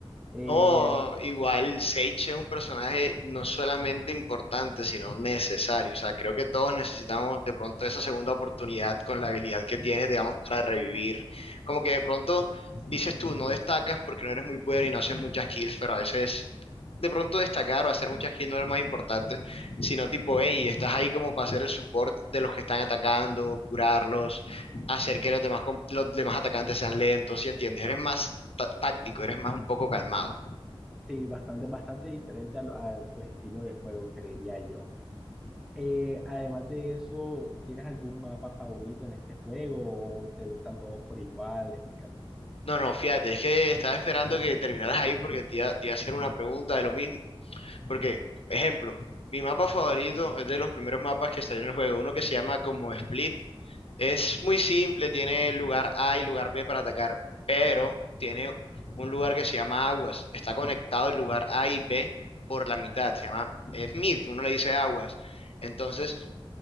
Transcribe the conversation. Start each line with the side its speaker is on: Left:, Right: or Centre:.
Centre: Eh,
Left: No, igual Sage es un personaje no solamente importante, sino necesario. O sea, creo que todos necesitamos de pronto esa segunda oportunidad con la habilidad que tiene, digamos, para revivir. Como que de pronto dices tú, no destacas porque no eres muy bueno y no haces muchas kills, pero a veces de pronto destacar o hacer muchas kills no es lo más importante, sino tipo, hey, estás ahí como para hacer el support de los que están atacando, curarlos, hacer que los demás, com- los demás atacantes sean lentos, ¿sí entiendes? Eres más... tá- táctico, eres más un poco calmado.
Centre: Sí, bastante, bastante diferente a, lo- a tu estilo de juego, creería yo. Eh, además de eso, ¿tienes algún mapa favorito en este juego o te gustan todos por igual? Explícame.
Left: No, no, fíjate, es que estaba esperando que terminaras ahí porque te iba, te iba a hacer una pregunta de lo mismo. Porque, ejemplo, mi mapa favorito es de los primeros mapas que salieron en el juego, uno que se llama como Split. Es muy simple, tiene lugar A y lugar B para atacar, pero tiene un lugar que se llama Aguas. Está conectado el lugar A y B por la mitad, se llama Smith, uno le dice Aguas. Entonces,